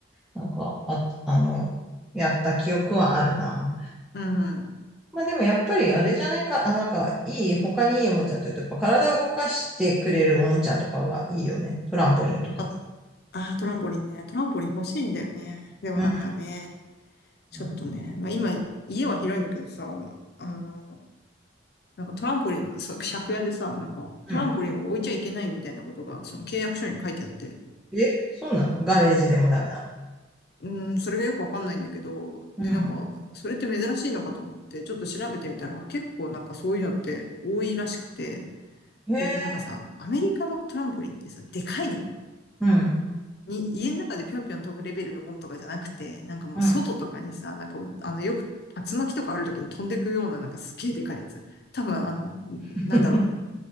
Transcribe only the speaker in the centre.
なんか、あ、あの、やった記憶はあるな。
まあでもやっぱりあれじゃないか、あ、なんかいい、他にいいおもちゃって言うと、やっぱ体を動かしてくれるおもちゃとかはいいよね。トランポリンとか。
うん。
うん。
うん
え、そうなのガレージでもダメなの
うん。
へえ、
うん。
うん。
<laughs>